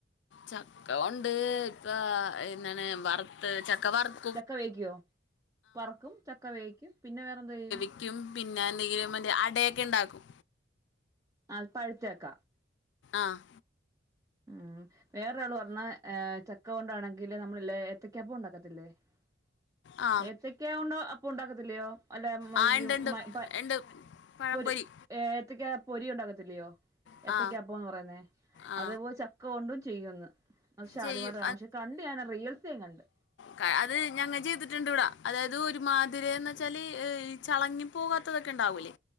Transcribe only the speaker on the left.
ചക്ക കൊണ്ട് ഇപ്പൊ എന്നാണ് വറുത്ത് ചക്ക വറുത്ത്
ക്കും പിന്നെ എന്തെങ്കിലും മറ്റ് അടയൊക്കെ ഇണ്ടാക്കും.
ആഹ്
ആ
ആ ഉണ്ട് ഉണ്ട്
ഉണ്ട് പഴംപൊരി
ആ
ആ
ചെയ്യും
കാ അത് ഞങ്ങ ചെയ്തിട്ടുണ്ട് ഇവിട. അതായത് ഒരുമാതിരേന്ന് വെച്ചാല് ഈ ചളങ്ങി പോകാത്തതൊക്കെ ണ്ടാവൂലേ